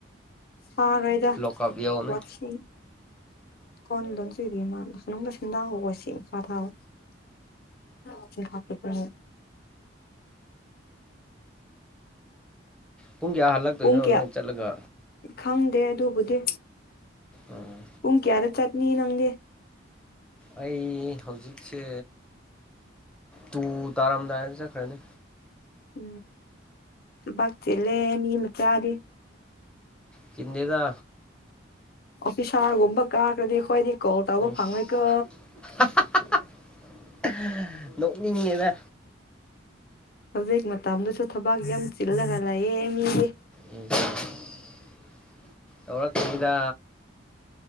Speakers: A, on the left; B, in the centre.
A: ꯐꯥꯔꯣꯏꯗ
B: ꯂꯣꯛꯀꯞ ꯌꯧꯅꯤ
A: ꯋꯥꯊꯤ <unintelligible> ꯥ <unintelligible>
B: ꯄꯨꯡ ꯀꯌꯥ ꯍꯜꯂꯛꯇꯣꯏꯅꯣ
A: ꯀꯌꯥ
B: ꯅꯣꯏ ꯆꯠꯂꯒ
A: ꯈꯪꯗꯦ ꯑꯗꯨꯕꯨꯗꯤ
B: ꯑꯣ
A: ꯄꯨꯡ ꯀꯌꯥꯗ ꯆꯠꯅꯤ ꯅꯪꯗꯤ
B: ꯑꯩ ꯍꯧꯖꯤꯛꯁꯦ ꯇꯨ ꯇꯥꯔꯝꯗꯥꯏꯗ ꯆꯠꯈ꯭ꯔꯅꯤ
A: ꯎꯝ ꯊꯕꯛ ꯆꯤꯜꯂꯦ ꯃꯤ ꯃꯆꯥꯗꯤ
B: ꯆꯤꯟꯗꯦꯗ
A: ꯑꯣꯐꯤꯁꯥꯔꯒꯨꯝꯕ ꯀꯥꯔꯈ꯭ꯔꯗꯤ ꯑꯩꯈꯣꯏꯗꯤ ꯀꯣꯜ ꯇꯧꯕ
B: ꯑꯩꯁ
A: ꯐꯪꯉꯣꯏꯀꯣ
B: <unintelligible> ꯅꯣꯛꯅꯤꯡꯉꯤꯗ
A: ꯍꯧꯖꯤꯛ ꯃꯇꯝꯗꯁꯨ ꯊꯕꯛ ꯌꯥꯝ ꯆꯤꯜꯂꯒ ꯂꯩꯌꯦ ꯃꯤꯗꯤ
B: ꯎꯝ <unintelligible> ꯌꯧꯔꯛꯈꯤꯅꯤꯗ